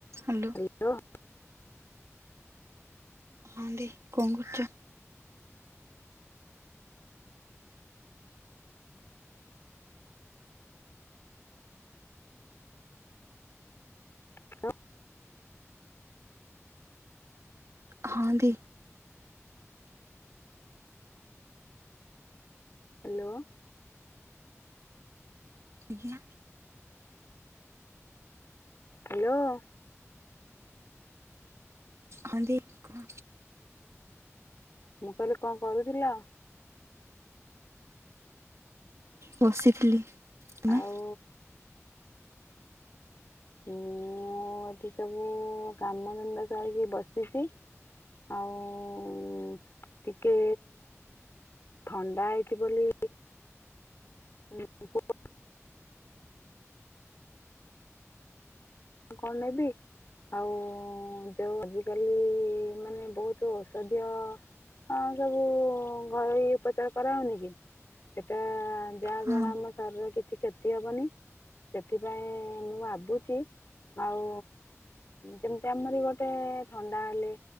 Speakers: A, on the right; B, on the left.
A: Hello.
B: Hello.
A: ହଁଦିକଣ କରୁଛ?
B: Hello
A: ହଁ ଦି।
B: ହ୍ୟାଲୋ।
A: ଆଜ୍ଞା।
B: ହ୍ୟାଲୋ।
A: ହଁ ଦି କୁହ।
B: ମୁଁ କହିଲି କଣ କରୁଥିଲ?
A: ବସିଥିଲି ତମେ?
B: ଆଉ ମୁଁ ଏଠି ସବୁ କାମଧନ୍ଦା ସାରିକି ବସିଛି ଆଉ ଟିକେ ଥଣ୍ଡା ହେଇଛି ବୋଲି ହୁଁ କଣ ନେବି? ଆଉ ଯୋଉ ଆଜିକାଲି ମାନେ ବହୁତ ଔଷଧୀୟ ହଁ ସବୁ ଘରୋଇ ଉପଚାର କରା ହଉନି କି ସେଟା ଯାହା
A: ହଁ
B: ଦ୍ଵାରା ଆମ ଶରୀର କିଛି କ୍ଷତି ହବନି ସେଥିପାଇଁ ମୁଁ ଭାବୁଛି ଆଉ ଯେମିତି ଆମର ଗୋଟେ ଥଣ୍ଡା ହେଲେ